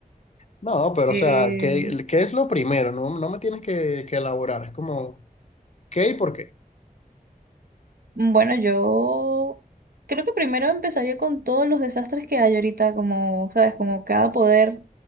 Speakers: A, on the left; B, on the right.
A: No, pero
B: Eh,
A: o sea, ¿qué, qué es lo primero? No, no me tienes que, que elaborar, es como, ¿qué y por qué?
B: bueno, yo creo que primero empezaría con todos los desastres que hay ahorita, como, sabes, como cada poder